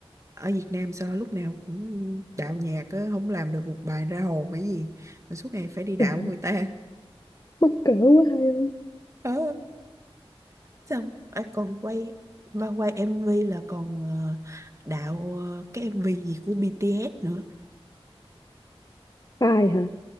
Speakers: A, on the right; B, on the left.
A: ở Việt Nam sao lúc nào cũng đạo nhạc á không làm được một bài ra hồn hay gì mà suốt ngày phải đi đạo
B: trời ơi,
A: người ta
B: mắc cỡ quá hay không
A: ờ, xong à, còn quay và quay MV là còn ờ, đạo ờ, cái MV gì của BTS nữa
B: phai hả